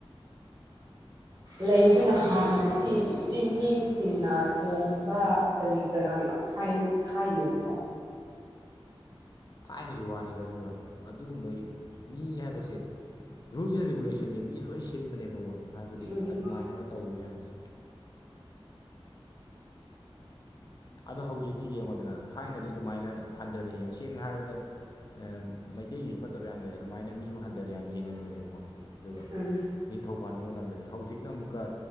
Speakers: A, on the left; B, on the right.
A: <unintelligible>
B: ꯂꯩ ꯑꯗꯨꯅ ꯍꯥꯟꯅꯗꯤ ꯆꯤꯡꯃꯤꯁꯤꯡꯅ ꯊꯣꯡꯕ ꯀꯔꯤ ꯀꯔꯥꯡ ꯌꯥꯝ ꯈꯥꯏꯟ ꯈꯥꯏꯅꯩꯀꯣ
A: ꯊꯥꯏꯅꯒꯤ ꯋꯥꯅꯤꯗ ꯑꯗꯨꯗꯣ ꯑꯗꯨꯒꯨꯝꯕ ꯃꯤ ꯍꯥꯏꯕꯁꯦ ꯔꯨꯜꯁ ꯑꯦꯟ ꯔꯤꯒꯨꯂꯦꯁꯟꯖꯦ ꯃꯤ ꯂꯣꯏ ꯁꯤꯟꯕꯅꯦꯕꯀꯣ ꯍꯥꯏꯕꯗꯤ
B: ꯎꯝ
A: ꯑꯗꯨꯃꯥꯏꯅꯒ ꯇꯧꯔꯤ ꯃꯌꯥꯝꯁꯦ ꯑꯗꯣ ꯍꯧꯖꯤꯛꯇꯤ ꯌꯦꯡꯉꯣꯗꯅ ꯊꯥꯏꯅꯗꯤ ꯑꯗꯨꯃꯥꯏꯅ ꯍꯟꯗꯥꯅ ꯌꯦꯡ ꯁꯦꯡꯅ ꯍꯥꯏꯔꯕꯗ ꯑꯦꯝ ꯃꯩꯇꯩꯒꯤꯁꯨ ꯐꯠꯇꯕ ꯌꯥꯝ ꯂꯩ ꯑꯗꯨꯃꯥꯏꯅ ꯃꯤꯕꯨ ꯍꯟꯗꯥꯅ ꯌꯥꯝ ꯌꯦꯡꯍꯟꯕꯅꯦꯕꯀꯣ ꯑꯗꯨꯒ
B: ꯎꯝ
A: ꯅꯤꯡꯊꯧ ꯄꯥꯟꯕ ꯃꯇꯝꯗꯗꯤ ꯍꯧꯖꯤꯛꯅ ꯑꯃꯨꯛꯀ